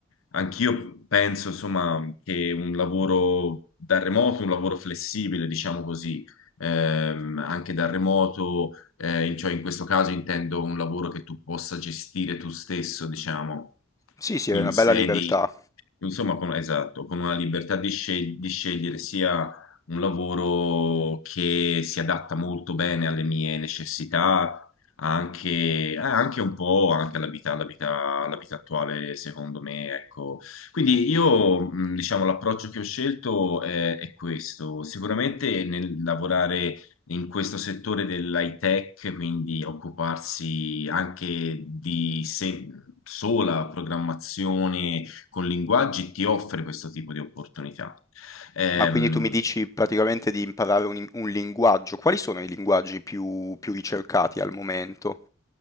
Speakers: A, on the left (about 80°); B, on the left (about 15°).
A: anch'io penso, insomma, che un lavoro da remoto, un lavoro flessibile, diciamo così, ehm, anche da remoto eh, in- cioè in questo caso intendo un lavoro che tu possa gestire tu stesso, diciamo,
B: Sì, sì,
A: in
B: è una
A: sedi,
B: bella libertà.
A: insomma, con, esatto, con una libertà di, sceg- di scegliere sia un lavoro che si adatta molto bene alle mie necessità, anche, eh, anche un po' anche alla vita, alla vita, alla vita attuale, secondo me, ecco. Quindi io, mh, diciamo, l'approccio che ho scelto è, è questo. Sicuramente nel lavorare in questo settore dell'high tech, quindi occuparsi anche di se- sola programmazione con linguaggi, ti offre questo tipo di opportunità. Ehm,
B: Ma quindi tu mi dici praticamente di imparare un, un linguaggio. Quali sono i linguaggi più più ricercati al momento?